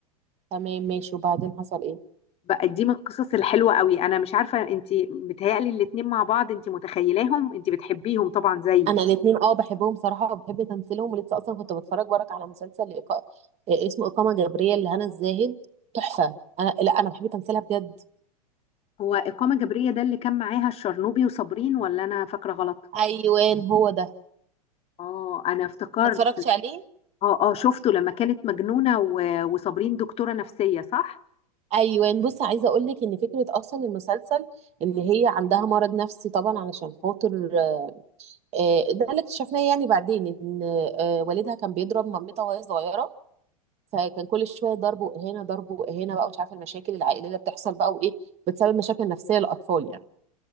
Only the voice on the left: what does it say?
بقى دي من القصص الحلوة قوي انا مش عارفة انت بتهيألي الاتنين مع بعض انت متخيلاهم انت بتحبيهم طبعا زيي
هو إقامة جبرية ده اللي كان معاها الشرنوبي وصابرين ولا انا فاكرة غلط
اه انا افتكرت
اه اه شفته لما كانت مجنونة و- وصابرين دكتورة نفسية صح؟